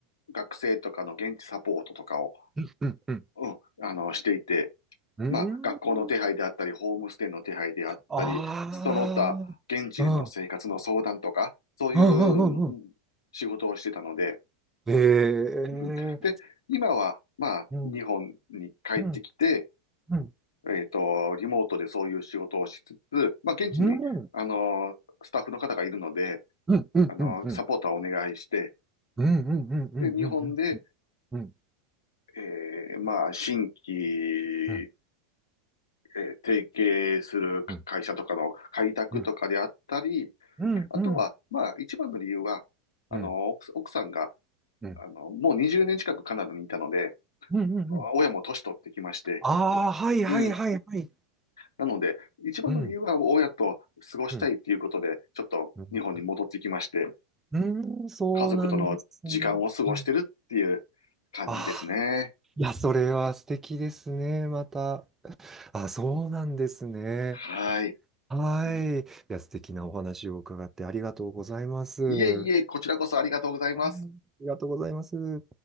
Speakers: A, on the left; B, on the right.
A: 学生とかの現地サポートとかを、
B: うん、うん、うん。
A: うん、あの、していて、
B: うん
A: まあ、学校の手配であったり、ホームステイの手配であったり、
B: ああ、
A: その他、
B: うん、
A: 現地での生活の相談とか、
B: うん、
A: そういううん
B: うん、うん。うん
A: 仕事をしてたので、
B: ええ
A: うん。で、今は、まあ、
B: うん、
A: 日本に帰ってきて、
B: うん、うん、
A: えっと、リモートでそういう仕事をしつつ、まあ、現地に、
B: うん、
A: あの、スタッフの方がいるので、
B: うん、うん、
A: あの、
B: うん、うん、
A: サポーターをお願いして、
B: うん、うん、うん、うん、うん、
A: で、日本で、
B: うん、う
A: えー、まあ、新規、
B: ん、
A: えー提携する会社とかの開拓とかであったり、
B: うん。うん、うん、
A: あとは、
B: うん、
A: まあ、一番の理由は、あの、
B: うん、
A: 奥奥さんが、
B: うん、うん、
A: あの、もう20年近くカナダにいたので、
B: うん。うん
A: 親も年取ってきまして、
B: ああ、はい、はい、
A: うん
B: はい、はい。
A: なので、一番の理由は親と過ごしたいっていうことで、
B: うん、うん、
A: ちょっと日本に戻ってきまして、
B: うん、うん、そうなんですね。
A: 家族との時間を過ごしてるっていう感じですね。
B: うん、ああ、いや、それは素敵ですね、また。あ、そうなんですね。
A: はい。
B: はい。
A: うん
B: いや、素敵なお話を伺ってありがとうございます。はい
A: いえいえ、こちらこそありがとうございます。
B: ありがとうございます。